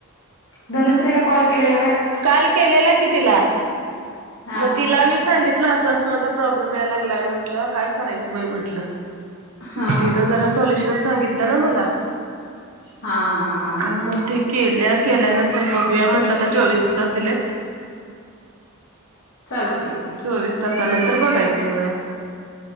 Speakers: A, on the left (about 55°); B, on the right (about 90°).
A: धनुश्रीला कॉल केलेला का
B: काल केलेला कि तिला
A: हा
B: मग
A: हा
B: तिला मी सांगितलं असं असं माझा प्रॉब्लेम यायला लागलाय म्हटलं काय करायचं बाई म्हंटलं
A: हा
B: मग
A: हा
B: तिनं
A: हा हा
B: जरा सॉल्युशन सांगितलं ना मला
A: हा हा हा हा हा
B: का म ते केल्या केल्यानंतर बघूया म्हटलं तर चोवीस तास दिलेत
A: तेक
B: चोवीस तासानंतर बघायचंय